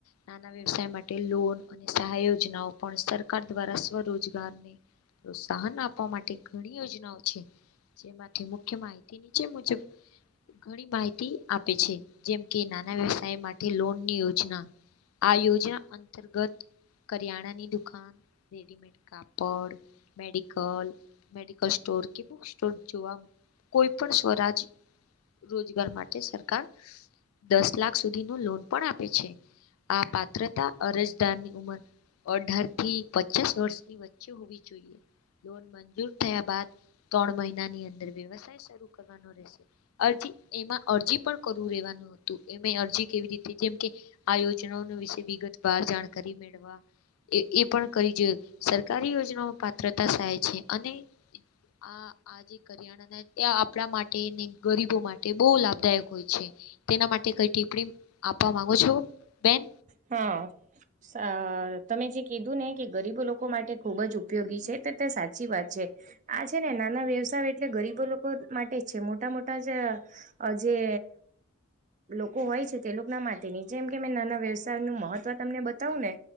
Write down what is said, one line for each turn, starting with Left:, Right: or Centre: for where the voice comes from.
Left: નાના વ્યવસાય માટે લોન અને સહાય યોજનાઓ પણ સરકાર દ્વારા સ્વરોજગારની પ્રોત્સાહન આપવા માટે ઘણી યોજનાઓ છે જેમાંથી મુખ્ય માહિતીની નીચે મુજબ ઘણી માહિતી આપે છે જેમ કે નાના વ્યવસાય માટે લોનની યોજના આ યોજના અંતર્ગત કરિયાણાની દુકાન રેડીમેડ કાપડ મેડિકલ મેડિકલ સ્ટોર સ્ટોર કે બુક સ્ટોર જોવા કોઈ પણ સ્વરાજ રોજગાર માટે સરકાર દસ લાખ સુધી નો લોન પણ આપે છે આ પાત્રતા અરજદારની ઉંમર અઢાર થી પચાસ વર્ષની વચ્ચે હોવી જોઈએ લોન મંજૂર થયા બાદ ત્રણ મહિના ની અંદર વ્યવસાય શરૂ કરવાનો રહેશે અરજી એમાં અરજી પણ કરવું રહેેવાનું હતું એ અરજી કેવી રીતે જેમ કે આયોજનો વિશે વિગત વાર જાણકારી મેળવા એ પણ કરી જોઈ સરકારી યોજનામાં પાત્રતા સાહાય છે અને આ આજે કરિયાણા ને ત્યાં કપડા માટે ને ગરીબો માટે બહુ લાભદાયક હોય છે તેના માટે કઈ ટીપ્પણી આપવા માંગો છો બેન
Right: હા સારું તમે જે કીધું ને કે ગરીબો લોકો માટે ખૂબ જ ઉપયોગી છે તો તે સાચી વાત છે આ છે ને નાના વ્યવસાય એટલે ગરીબો લોકો માટે જ છે મોટા મોટા જે લોકો હોય છે તે લોકો ના માટે ની જેમ કે મે નાના વ્યવસાય વયવસાયતાનું મહત્વ તમને બતાવું ને